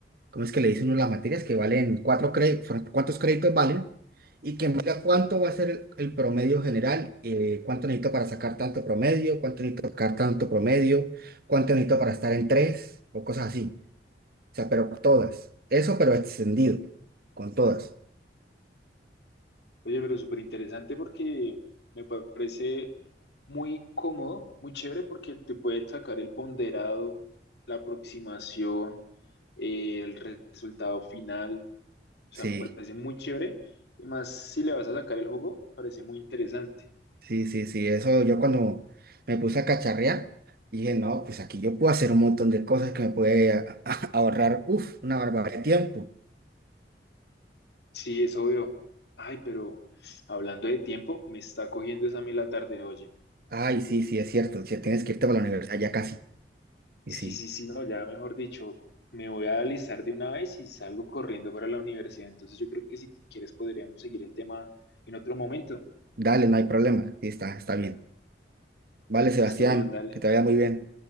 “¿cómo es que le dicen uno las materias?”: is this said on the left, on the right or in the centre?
Right